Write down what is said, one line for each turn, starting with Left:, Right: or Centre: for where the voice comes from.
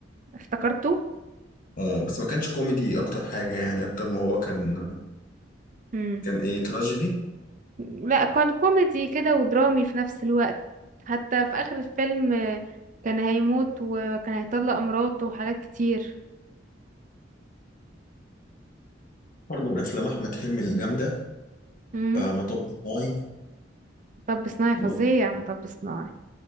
Right: افتكرته
Left: اه بس ما كانش كوميدي اكتر حاجه يعني اكتر ما هو كان
Right: امم
Left: كان ايه تراجيدي
Right: لا كان كوميدي كده ودرامي في نفس الوقت حتى في اخر الفيلم آه، كان هيموت وكان هيطلق مراته وحاجات كتير
Left: برضه من افلام احمد حلمي الجامده
Right: مم.
Left: آه مطب صناعي
Right: مطب صناعي فظيع
Left: و-
Right: مطب صناعي